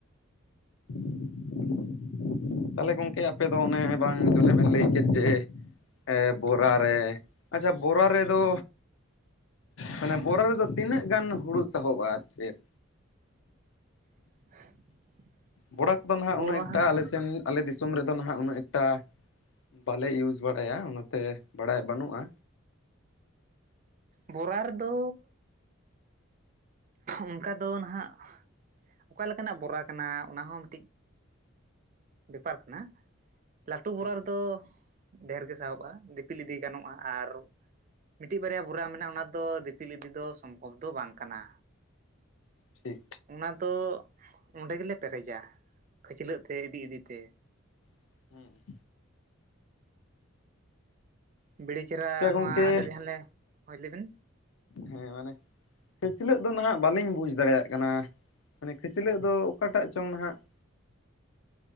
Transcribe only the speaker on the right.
<inaudible>
ᱵᱚᱨᱟ
ᱵᱚᱨᱟ ᱨᱮᱫᱚ ᱳᱱᱠᱟ ᱫᱚ ᱱᱟᱦᱟᱜ ᱚᱠᱟ ᱞᱮᱠᱟᱱᱟᱜ ᱵᱚᱨᱟ ᱠᱟᱱᱟ ᱚᱱᱟᱦᱚᱸ ᱢᱤᱫᱴᱤᱡ ᱵᱮᱯᱟᱨ ᱠᱟᱱᱟ ᱞᱟᱹᱴᱩ ᱵᱚᱨᱟ
ᱨᱮᱫᱚ ᱰᱷᱮᱨ ᱜᱮ ᱥᱟᱦᱚᱵᱚᱜᱼᱟ ᱫᱤᱯᱤᱞ ᱤᱫᱤ ᱜᱟᱱᱚᱜᱼᱟ ᱟᱨ ᱢᱤᱫᱴᱤᱡ ᱵᱟᱨᱭᱟ ᱵᱚᱨᱟ ᱢᱮᱱᱟᱜᱼᱟ ᱚᱱᱟ ᱫᱚ ᱫᱤᱯᱤᱞ ᱤᱫᱤ ᱫᱚ ᱥᱚᱢᱵᱷᱚᱵᱽ ᱫᱚ ᱵᱟᱝ ᱠᱟᱱᱟ
ᱚᱱᱟ ᱫᱚ ᱚᱱᱰᱮ ᱜᱮᱞᱮ ᱯᱮᱨᱮᱡᱟ ᱠᱷᱟᱹᱪᱞᱟᱹᱜ ᱛᱮ ᱤᱫᱤ ᱤᱫᱤᱛᱮ
ᱵᱤᱲᱤ ᱪᱮᱦᱨᱟ
ᱱᱚᱣᱟ ᱟᱞᱮ ᱡᱟᱦᱟᱸ ᱞᱮ ᱦᱳᱭ ᱞᱟᱹᱭ ᱵᱤᱱ